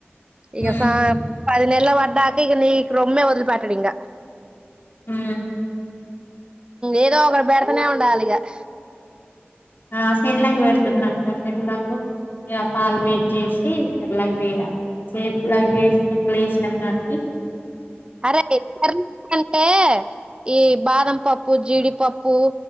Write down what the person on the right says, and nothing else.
ఇక
సా పది నేనలూ అలా తాతే నీకు రొమ్మే వదిలిపట్టడు ఇంగ
ఏదో ఒకరు పెడతనే ఉండాలిక <inaudible>
అరే అంటే ఈ బాదం పప్పు జీడిపప్పు